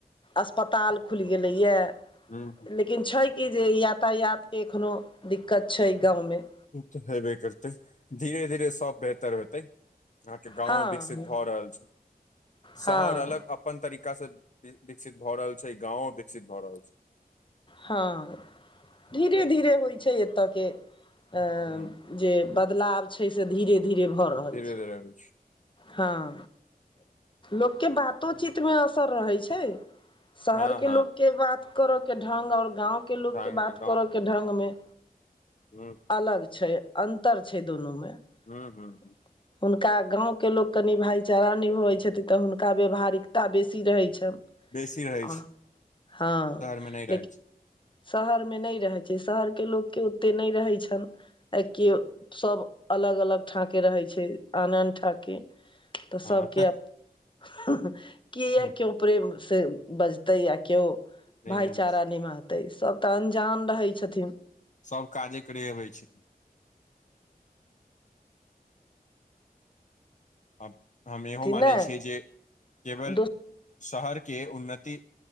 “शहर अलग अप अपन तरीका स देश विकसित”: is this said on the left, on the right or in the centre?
Left